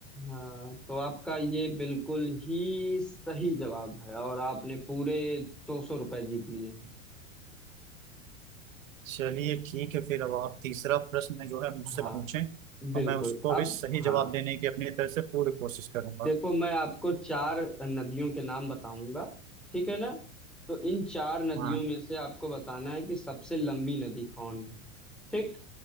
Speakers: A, in the centre; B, on the right (about 75°).
A: हाँ तो आपका ये बिल्कुल ही सही जवाब है और आपने पूरे दो सौ रुपये जीत लिए हैं
B: चलिए ठीक है फिर अब आप तीसरा प्रश्न जो है मुझसे
A: हाँ
B: पूछें
A: बिल्कुल
B: और मैं उसको
A: अब
B: भी सही
A: हाँ
B: जवाब देने की अपनी तरफ से पूरी कोशिश करूंगा
A: देखो मैं आपको चार नदियों के नाम बताऊंगा ठीक है ना तो इन चार नदियों
B: हाँ
A: में से आपको बताना है कि सबसे लंबी नदी कौन है ठीक